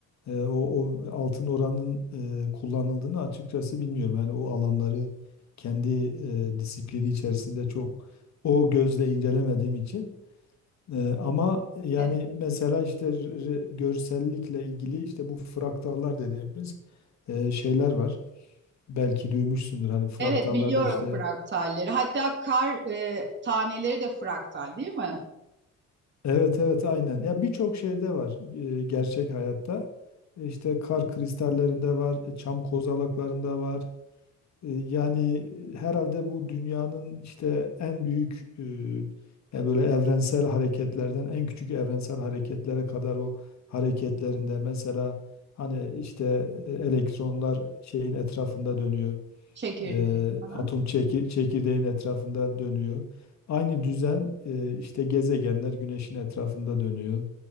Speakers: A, on the left (about 65°); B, on the right (about 35°).
A: e, o, o altın oranın e, kullanıldığını açıkçası bilmiyorum. Yani o alanları kendi e, disiplini içerisinde çok o gözle incelemediğim için. E, ama yani
B: Evet.
A: mesela işte re- görsellikle ilgili işte bu fraktallar dediğimiz e, şeyler var. Belki duymuşsundur hani fraktallarda
B: Evet biliyorum
A: işte
B: fraktalleri. Hatta kar e, taneleri de fraktal değil mi?
A: Evet evet aynen. Ya birçok şeyde var e, gerçek hayatta. E, İşte kar kristallerinde var, e, çam kozalaklarında var. E, yani e, herhalde bu dünyanın işte en büyük e, yani böyle evrensel hareketlerden en küçük evrensel hareketlere kadar o hareketlerinde mesela hani işte e, elektronlar şeyin etrafında dönüyor.
B: Çekirdeği.
A: Eee,
B: Aha.
A: atom çekir, çekirdeğin etrafında dönüyor. Aynı düzen eee, işte gezegenler güneşin etrafında dönüyor.